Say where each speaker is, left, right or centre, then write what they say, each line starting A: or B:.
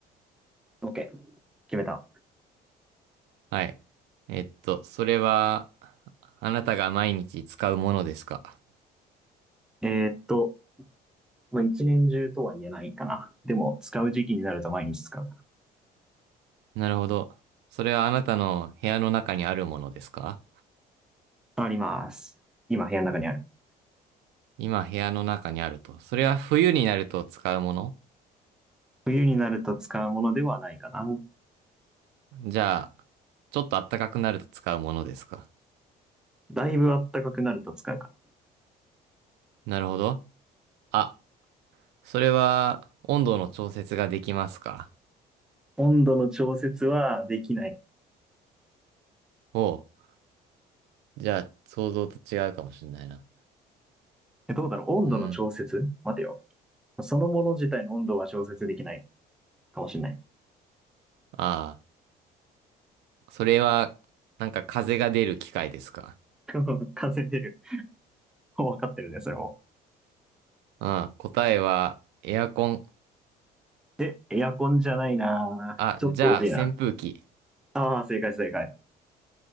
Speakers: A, in the centre; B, on the right (about 80°).
A: OK、決めた。
B: はい。えっと、それは、あなたが毎日使うものですか
A: えーっと、まあ、一年中とは言えないかな。でも、使う時期になると毎日使う。
B: なるほど。それはあなたの部屋の中にあるものですか
A: あります。今、部屋の中にある。
B: 今部屋の中にあると。それは冬になると使うもの
A: 冬になると使うものではないかな。
B: じゃあ、ちょっと暖かくなると使うものですか
A: だいぶ暖かくなると使うかな。
B: なるほど。あ、それは温度の調節ができますか
A: 温度の調節はできない。
B: おう。じゃあ、想像と違うかもしれないな。
A: え、どうだろう温度の調節待てよ。
B: うん。
A: そのもの自体の温度が調節できないかもしれない。
B: ああ、それは、なんか風が出る機械ですか
A: <laughs> 感染出る。<laughs> わ分かってるね、それも。
B: あ、答えはエアコン。
A: で、エアコンじゃないなぁちょっと惜しいな。
B: あ、じゃあ扇風機。
A: ああ、正解正解。